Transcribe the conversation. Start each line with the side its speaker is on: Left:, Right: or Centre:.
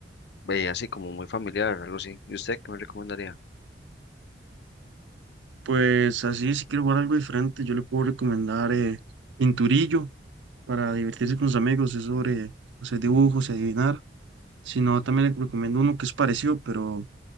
Left: eh, así como muy familiar, algo así. ¿Y usted qué me recomendaría?
Right: Pues así, si quiero jugar algo diferente, yo le puedo recomendar eh, Pinturillo para divertirse con sus amigos, es sobre o sea, dibujos y adivinar. Si no, también le recomiendo uno que es parecido, pero